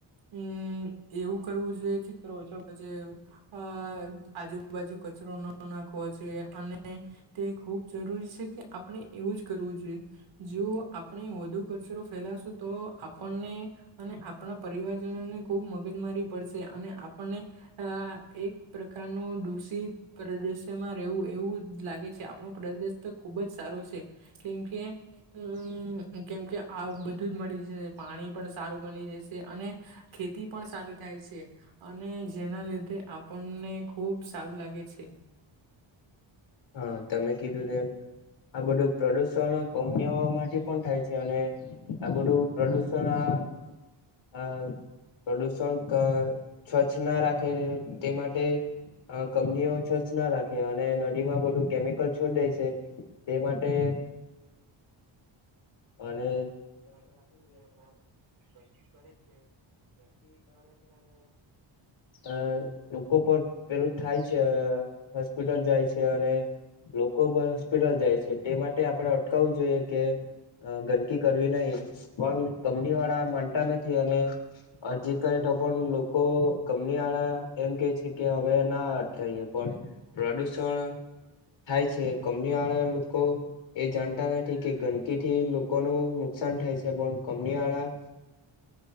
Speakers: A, on the right (about 70°); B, on the left (about 65°).
A: હમ્મ એવું કરવું જોઈએ, કે કરો ઓછો અ અ આજુબાજુ કચરો ન નાખવો જોયે અને તે ખૂબ જરૂરી છે કે આપ આપણે એવું જ કરવું જોઈએ, જો આપ આપણે વધુ કચરો ફેલાશું તો આપણને અને આપણા પરિવારજનોને ખુબ મ મગજમારી પડશે અને આપણને અ એક પ્ર કર નુ દુષિત પ્રદેશેમાં રહેવું એવું લાગે છે, આપણો પ્રદેશ તો ખુબ જ સારો છે. છે કેમકે હમ્મ કેમકે આ બધું જ મળી જાય પાણી પણ સારું મ--. મળી જશે અને ખેતી પણ સારી થાય છે, અને જેના લીધે આપણને ખુબ સારું લાગે છે.
B: હા તમે કીધું તેમ આ બધું પ્રદુષણ કંપની ઓ માટે થાય છે, અને આ બધું પ્રદુષણ આ હ પ્રદૂષણ ક સ્વચ્છ ના રાખે તે માટે કંપની ઓ સ્વચ્છ ના રાખે અને નદીમાં બધું કેમિકલ છોડી દે છે, તે માટે અને
A: ફથી રાખવું જોઈએ પણ ગંદકી કરે જ છે ગંદકી કરે છે અને
B: અ લોકો પણ પેલું થાય છે હોસ્પિટલ જાય છે અને લોકો બ હોસ્પિટલ જાય છે તે માટે આપણે અટકાવવું જોઈએ કે હ ગંદકી કરવી નહી પણ કંપનીવાળા માનતા નથી અને અરજી કરે તો પણ લોકો નીયાળા એમ કે છે કે હેવે ના અટઈએ પણ પ્રદુષણ થાય છે કંપની વાળા લોકો એ જાણતા નથી કે ગંદકી થી લોકો નુ નુકસાન થાય છે પણ કંપનીવાળ
A: <inaudible>